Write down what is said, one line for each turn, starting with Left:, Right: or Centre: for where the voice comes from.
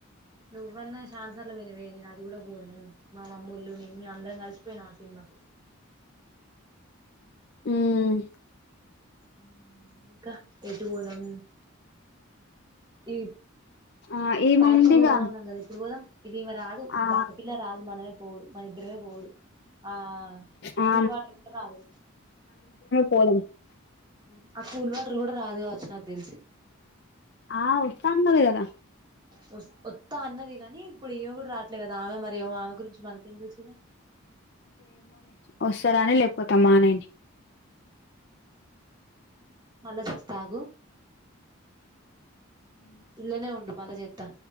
Right: నువ్వన్న శాన్సార్లు పొయ్నవే నేనద్. అది గూడా బోను మామమ్మోళ్ళు నిన్నే అందరం కలిసిపొయ్ నామ్ సినిమాకు.
Left: ఉమ్
Right: ఉమ్ ఇంకా ఎటు బోదాం. ఇ
Left: ఆ ఈముందిగా
Right: పార్కు పోదామన్నం గద ఎప్పుడు పోదాం ఇది ఇవ రాదు ఈ
Left: ఆ
Right: బక్కకిల్ల రాదు మనమే పోవుడు మన ఇద్దరమే పోవుడు ఆ
Left: ఆ
Right: కూల్ వాటర్ కూడ రాదు.
Left: పోదం
Right: ఉమ్ ఆ కూల్ వాట్ర్ గూడ రాదు గావచ్చు నాక్ దెల్సి.
Left: ఆ వస్తా అన్నది కదా
Right: వైస్ వొత్తా అన్నది గానీ ఇప్పుడు ఈమె గూడ రాట్లేదు కదా ఆమె మ. గురించి మనకేం దెల్సిగ
Left: వొస్తేరాని లేకపోతే మానెయ్ని
Right: ఉమ్ మళ్లొసెస్ తాగు ఇల్లనే ఉండు మళ్ళ జేత్తా.